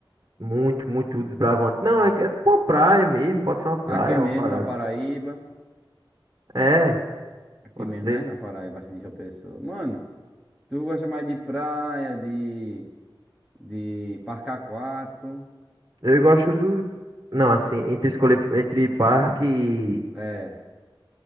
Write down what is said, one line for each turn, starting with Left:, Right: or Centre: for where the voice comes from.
Right: muito, muito desbravante. Não, é, é tipo uma praia mesmo. Pode ser uma praia,
Centre: Aqui mesmo,
Right: uma parada.
Centre: na Paraíba.
Right: É,
Centre: Aqui
Right: pode
Centre: mesmo,
Right: ser.
Centre: né? Na Paraíba, aqui em João Pessoa. Mano, tu gosta mais de praia, de, de parque aquático?
Right: Eu gosto do. Não, assim, entre escolher entre parque e.
Centre: É,